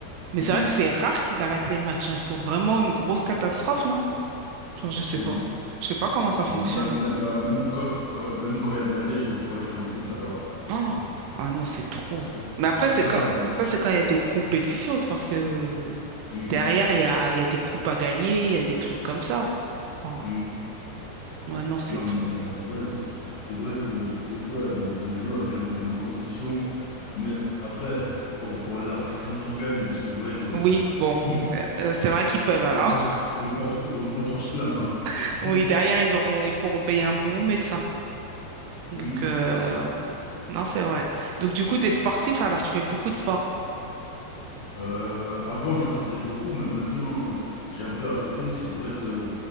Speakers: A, on the right; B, on the left.
A: Mais
B: mm.
A: c'est vrai que c'est rare qu'ils arrêtent les matchs, hein. Il faut vraiment une grosse catastrophe, non? Enfin, je sais
B: Oui.
A: pas. Je sais pas comment
B: Mm,
A: ça fonctionne.
B: Bah, bah, bah, même quand, quand, même quand il y a de la neige, des fois, il joue au foot. Alors, euh,
A: Ah Ah non, c'est trop.
B: c'est
A: Mais après,
B: c'est
A: c'est
B: vrai.
A: quand
B: hein.
A: ça, c'est quand il y a des compétitions, c'est parce que
B: Mm,
A: derrière, il y a, il y a des coupes à gagner, il y a des trucs comme ça. Oh,
B: mm.
A: ouais, non, c'est
B: Non,
A: trop.
B: mais euh, ouais, c'est c'est vrai que des fois, les, les joueurs, ils jouent dans des conditions. Mais après, pour, pour l'argent qu'ils gagnent, c'est vrai que
A: Oui, bon.
B: <laughs>
A: Euh, euh, c'est
B: ils
A: vrai qu'ils peuvent alors.
B: vont pas, se- ils vont pas trop, ils vont pas trop se plaindre.
A: <laughs> Oui,
B: hein. <laughs>
A: derrière, ils auront, ils pourront payer un bon médecin. Donc,
B: Hmm,
A: euh,
B: C'est ça.
A: non, c'est vrai. Donc, du coup, tu es sportif, alors tu fais beaucoup de sport.
B: Euh, avant, j'en faisais beaucoup, mais maintenant, j'ai un peu arrêté. C'est vrai que,